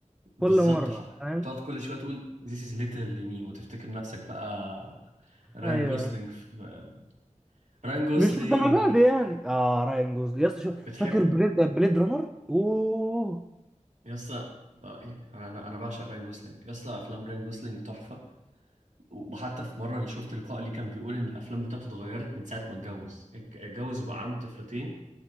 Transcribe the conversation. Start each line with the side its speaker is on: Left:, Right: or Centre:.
Right: بالظبط
Centre: كل مره
Right: ح-
Centre: فاهم
Right: بتقعد كل شويه تقول this is literally me وتفتكر نفسك بقى راين
Centre: ايوه
Right: جوسلينج في... راين جوسلينج
Centre: مش للدرجه دي يعني اه راين جوزلي يس شو
Right: بتحب
Centre: فاكر بليد بليد رانر اوه
Right: يسا آه، يعني انا انا بعشق راين جوسلينج يسا افلام راين جوسلينج تحفه وحتى في مره اللي شفت لقاء ليه كان بيقول ان الافلام بتاعته اتغيرت من ساعه ما اتجوز اتجوز وبقى عنده طفلتين